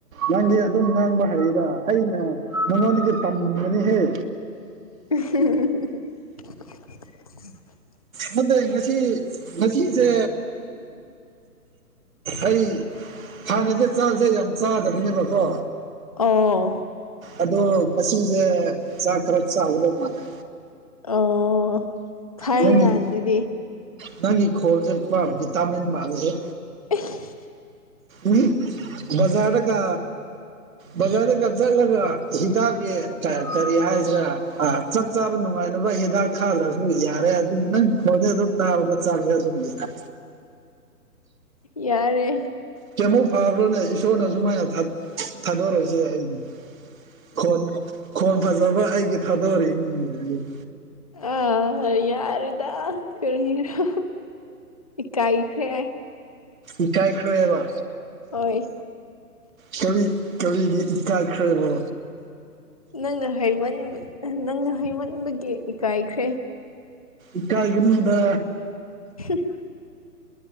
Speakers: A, on the right; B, on the left.
A: ꯅꯪꯗꯤ ꯑꯗꯨꯝ ꯉꯥꯡꯕ ꯍꯩꯗꯥ ꯑꯩꯅ ꯅꯉꯣꯟꯗꯒꯤ ꯇꯝ ꯕꯅꯤꯍꯦ
B: <unintelligible>
A: ꯐꯠꯇꯦ ꯉꯁꯤ ꯉꯁꯤꯁꯦ ꯑꯩ ꯍꯥꯟꯅꯗꯤ ꯆꯥꯛꯁꯦ ꯌꯥꯝ ꯆꯥꯗꯕꯅꯦꯕꯀꯣ
B: ꯑꯣ
A: ꯑꯗꯣ ꯉꯁꯤꯁꯦ ꯆꯥꯛ ꯈꯔ ꯆꯥꯒꯗꯕ ꯃꯥꯜꯂꯦ
B: ꯑꯣ ꯐꯩꯌꯦꯗ
A: ꯅꯪꯒꯤ
B: ꯑꯥꯗꯨꯗꯤ
A: ꯅꯪꯒꯤ ꯈꯣꯡꯁꯦ ꯄꯨꯔ ꯚꯤꯇꯥꯃꯤꯟ ꯃꯥꯥꯟꯂꯦꯑꯦ
B: <unintelligible>
A: ꯎꯏ ꯕꯖꯥꯔꯗꯒ ꯕꯖꯥꯔꯗꯒ ꯆꯠꯂꯒ ꯍꯤꯗꯥꯛꯀꯤ ꯀꯔꯤ ꯍꯥꯏꯁꯤꯔ ꯆꯥꯛ ꯆꯥꯕ ꯅꯨꯡꯉꯥꯏꯅꯕ ꯅꯕ ꯍꯤꯗꯥꯛ ꯊꯥꯗꯔꯁꯨ ꯌꯥꯔꯦ ꯑꯗꯨꯝ ꯅꯪ ꯈꯣꯟꯗꯨ ꯑꯗꯨꯝ ꯇꯥꯕꯗ ꯆꯥꯛ ꯆꯥꯕ ꯑꯗꯨꯝ ꯌꯥꯔꯦ
B: ꯌꯥꯔꯦ
A: ꯀꯩꯌꯃꯨꯛ ꯐꯕ꯭ꯔꯣꯅꯦ ꯏꯁꯣꯔꯅ ꯁꯨꯃꯥꯏꯅ ꯊꯥꯗꯣꯔꯛꯏꯁꯦ ꯑꯩꯗꯤ ꯈꯣꯟ ꯈꯣꯟ ꯐꯖꯕ ꯑꯩꯒꯤ ꯊꯥꯗꯣꯔꯛꯏꯅꯦ
B: ꯑ ꯌꯥꯔꯦꯗ ꯀꯔꯤꯔꯣ ꯏꯀꯥꯏꯈ꯭ꯔꯦ
A: ꯏꯀꯥꯏ ꯈꯔꯦꯕ
B: ꯍꯣꯏ
A: ꯁꯣꯔꯤ ꯀꯔꯤꯒꯤ ꯏꯀꯥꯢꯈꯔꯕꯣ
B: ꯅꯪꯅ ꯍꯥꯏꯃꯟꯕ ꯅꯪꯅ ꯍꯥꯏꯃꯟꯕꯩꯒꯤ ꯏꯀꯥꯏꯈ꯭ꯔꯦ
A: ꯏꯀꯥꯢꯒꯅꯨꯗ
B: <unintelligible>